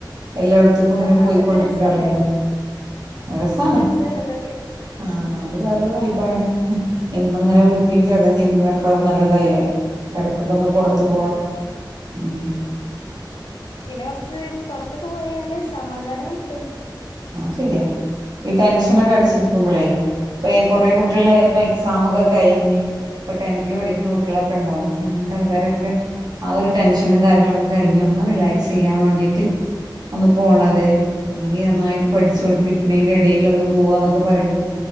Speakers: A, on the right (about 60°); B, on the left (about 80°).
A: എല്ലായിടത്തക്കും ഇങ്ങനെ
B: ആഹ്
A: പോയിക്കൊണ്ടിരിക്കള്ളല്ലേ
B: അതൊക്കെ രസല്ലേ
A: രസമാണ്
B: രസല്ലതൊക്കെ
A: ആ അത് വേറൊരു വൈബാണ് എന്നിങ്ങനെ വീട്ടിൽ ചടഞ്ഞിരിക്കുന്നേക്കാളും നല്ലതല്ലേ എടക്ക് ഒന്ന് പുറത്ത് പോവുക
B: ആഹ്
A: ഉം
B: പിന്നെ കുറച്ച് പുറത്തൊക്ക പോയാല് സമാധാനം കിട്ടും
A: ആ ശരിയാ ഈ ടെൻഷനൊക്കെ അടിച്ചിരിക്കുമ്പളേ ഇപ്പ കുറെ കുട്ടികള്
B: ആഹ്
A: ഇപ്പൊ എക്സാമൊക്കെ കഴിഞ്ഞ് ഇപ്പൊ ടെൻതില് പഠിക്കുന്ന കുട്ടികളൊക്കെ ഉണ്ടാവും അങ്ങനത്തെ ആൾക്കാരൊക്കെ ആ ഒരു ടെൻഷനും കാര്യങ്ങളൊക്കെ കഴിഞ്ഞ് ഒന്ന് റിലാക്സ് ചെയ്യാൻ വേണ്ടിട്ട് ഒന്ന് പോണത് അല്ലെങ്കിൽ നന്നായിട്ട് പഠിച്ചൊണ്ടിരിക്കണേന്റെ ഇടെൽ ഒന്ന് പോവാന്നൊക്കെ പറയുമ്പോ